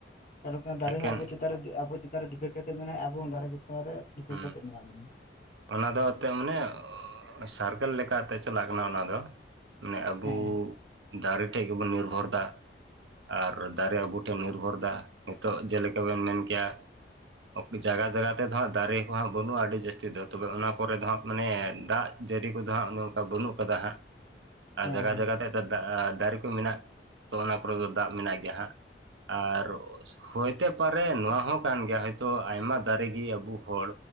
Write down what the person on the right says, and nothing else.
ᱮᱠᱮᱱ
ᱦᱩᱸ
ᱚᱱᱟ ᱫᱚ ᱛᱮᱢᱱᱮ ᱚᱻ ᱥᱟᱨᱠᱮᱞ ᱞᱮᱠᱟ ᱛᱮ ᱪᱟᱞᱟᱜ ᱠᱟᱱᱟ ᱚᱱᱟᱫᱚ ᱾ ᱢᱟᱱᱮ ᱟᱵᱩ
ᱫᱟᱨᱮ ᱴᱷᱮᱡ ᱜᱮᱵᱚᱱ ᱱᱤᱨᱵᱷᱚᱨ ᱮᱫᱟ ᱾ ᱟᱨ ᱫᱟᱨᱮ ᱟᱵᱚ ᱴᱷᱮᱱ ᱱᱤᱨᱵᱷᱚᱨ ᱮᱫᱟ ᱾ ᱱᱤᱛᱚᱜ ᱡᱮᱞᱮᱠᱟ ᱵᱤᱱ ᱢᱮᱱ ᱠᱮᱭᱟ ᱚᱠᱛᱩ ᱡᱟᱭᱜᱟ ᱡᱟᱭᱜᱟ ᱛᱮ ᱫᱚ ᱦᱟᱸᱜ ᱫᱟᱨᱮ ᱠᱚ ᱦᱟᱸᱜ ᱵᱟᱹᱱᱩᱜᱼᱟ ᱟᱹᱰᱤ ᱡᱟᱹᱥᱛᱤ ᱫᱚ, ᱛᱚᱵᱮ ᱚᱱᱟ ᱠᱚᱨᱮ ᱫᱚ ᱦᱟᱸᱜ ᱢᱟᱱᱮ ᱫᱟᱜ ᱡᱟᱹᱲᱤ ᱠᱚᱫᱚ ᱦᱟᱸᱜ, ᱚᱱᱮ ᱚᱱᱠᱟ ᱵᱟᱹᱱᱩᱜ ᱟᱠᱟᱫᱟ ᱦᱟᱸᱜ, ᱟᱨ
ᱡᱟᱭᱜᱟ
ᱡᱟᱭᱜᱟ ᱛᱮ ᱫᱟᱜᱼᱟ ᱫᱟᱨᱮ ᱠᱚ ᱢᱮᱱᱟᱜ ᱛᱚ ᱚᱱᱟ ᱠᱚᱨᱮ ᱫᱚ ᱫᱟᱜ ᱢᱮᱱᱟᱜ ᱜᱮᱭᱟ ᱦᱟᱸᱜ ᱾ ᱟᱨ ᱦᱚᱭᱛᱮ ᱯᱟᱨᱮᱱ ᱱᱚᱣᱟ ᱦᱚᱸ ᱠᱟᱱ ᱜᱮᱭᱟ, ᱦᱚᱭᱛᱚ ᱟᱭᱢᱟ ᱫᱟᱨᱮ ᱜᱮ ᱟᱹᱵᱩ ᱦᱚᱲ